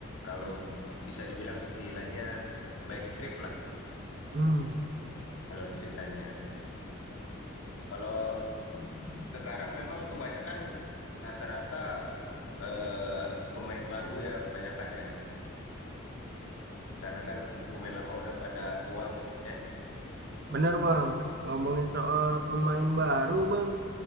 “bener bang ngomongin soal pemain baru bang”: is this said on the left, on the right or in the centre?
Right